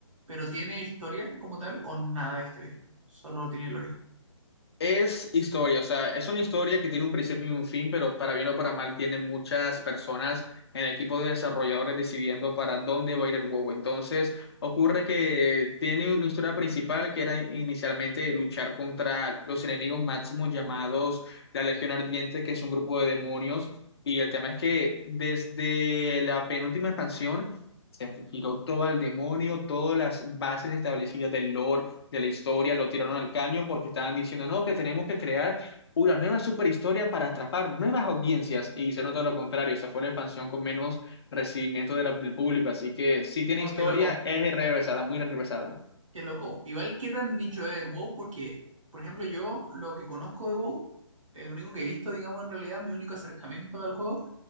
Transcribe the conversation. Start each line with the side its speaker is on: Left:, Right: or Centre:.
Right: pero ¿tiene historia como tal o nada de historia? Solo tiene lore.
Left: Es historia, o sea, es una historia que tiene un principio y un fin, pero para bien o para mal tienen muchas personas en el equipo de desarrolladores decidiendo para dónde va a ir el WoW. Entonces, ocurre que tiene una historia principal que era inicialmente luchar contra los enemigos máximos llamados la Legión Ardiente, que es un grupo de demonios. Y el tema es que desde la penúltima expansión se tiró todo al demonio, todas las bases establecidas del lore de la historia, lo tiraron al caño porque estaban diciendo, no, que tenemos que crear una nueva superhistoria para atrapar nuevas audiencias y se nota lo contrario, esa fue la expansión con menos recibimiento de la- del público, así que sí tiene
Right: Oh,
Left: historia,
Right: qué loco,
Left: es regresada, muy regresada.
Right: qué loco. Igual, ¿qué tan de nicho es el WoW? Porque, por ejemplo, yo lo que conozco de WoW, el único que he visto, digamos, en realidad, mi único acercamiento al juego,